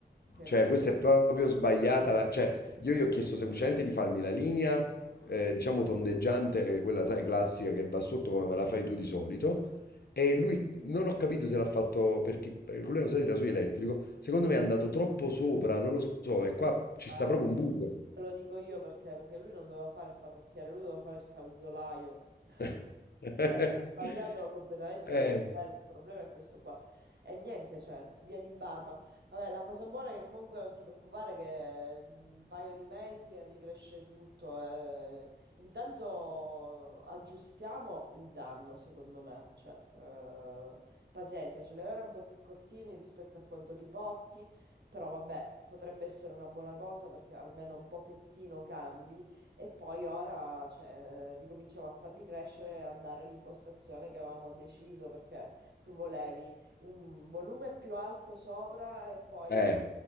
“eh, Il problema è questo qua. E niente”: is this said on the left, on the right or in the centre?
Right